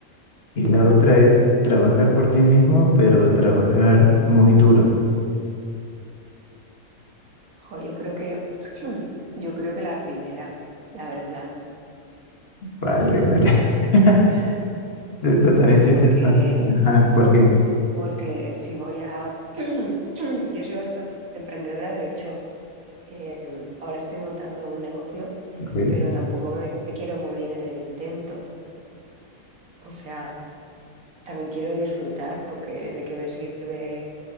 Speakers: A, on the left (about 45°); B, on the right (about 85°).
A: Y la otra es trabajar por ti mismo, pero trabajar muy duro.
B: Jo, yo creo que, <clears throat> yo creo que la primera, la verdad,
A: Vale, vale. <laughs> Esto también sí
B: porque,
A: te... transmite. Ajá, ¿por qué?
B: porque si voy a, <clears throat> yo soy bastante emprendedora, de hecho, eh, ahora estoy montando un negocio,
A: Ok,
B: pero tampoco me, me quiero morir en el intento. O sea, también quiero disfrutar, porque de qué me sirve.